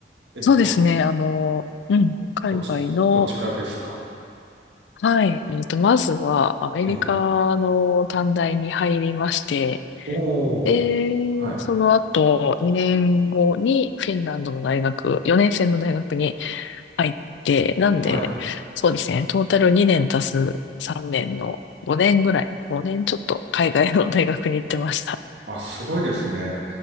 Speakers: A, on the right; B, on the left.
A: え、
B: そうですね。
A: ど、
B: あの、うん、海外の、
A: どち、どちらですか。
B: はい。えっと、まずはアメリカの短大に入りまして、
A: え、おー、
B: えー、
A: はい、
B: その後、2年後にフィンランドの大学、4年生の大学に入って、なんで、
A: はい。
B: そうですね、トータル2年足す3年の5年ぐらい、5年ちょっと海外の大学に行ってました。
A: あ、すごいですね。